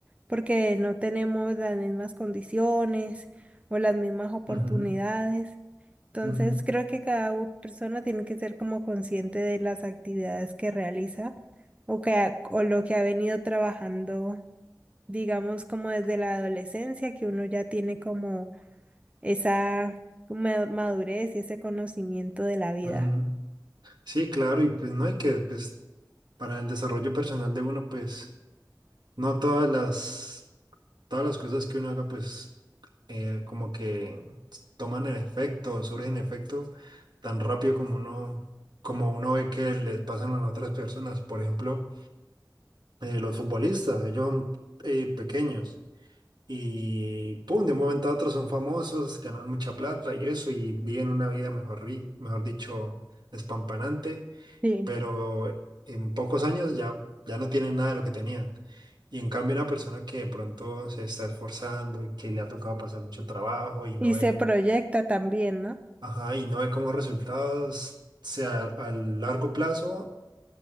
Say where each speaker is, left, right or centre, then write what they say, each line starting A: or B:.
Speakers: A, on the right; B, on the right.
A: porque no tenemos las mismas condiciones o las mismas oportunidades.
B: Ujú,
A: Entonces
B: ujú,
A: creo que cada u- persona tiene que ser como consciente de las actividades que realiza o que ha- o lo que ha venido trabajando, digamos, como desde la adolescencia, que uno ya tiene como esa ma- madurez y ese conocimiento de la vida.
B: ujú. Sí, claro, y pues no hay que, pues para el desarrollo personal de uno, pues... No todas las, todas las cosas que uno haga, pues eh, como que toman el efecto, surgen efecto tan rápido como uno, como uno ve que les pasan a las otras personas. Por ejemplo, eh, los futbolistas, ellos son eh, pequeños y pum, de un momento a otro son famosos, ganan mucha plata y eso, y viven una vida, mejor, ri- mejor dicho, despampanante
A: Sí,
B: pero en pocos años ya, ya no tienen nada de lo que tenían. Y en cambio una persona que de pronto se está esforzando y que le ha tocado pasar mucho trabajo y no
A: Y
B: ve,
A: se proyecta también, ¿no?
B: ajá, y no ve como resultados, sea, a largo plazo